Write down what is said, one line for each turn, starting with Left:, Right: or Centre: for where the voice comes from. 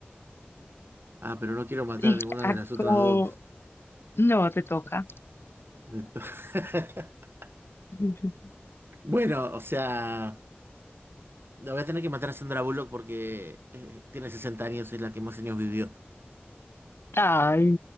Right: Ah, pero no quiero matar
Left: Y
Right: a ninguna
Left: a-
Right: de las otras
Left: como,
Right: dos.
Left: no, te toca.
Right: Me to- <laughs>
Left: <laughs>
Right: Bueno, o sea, la voy a tener que matar a Sandra Bullock porque eh, tiene 60 años, es la que más años vivió.
Left: Ay,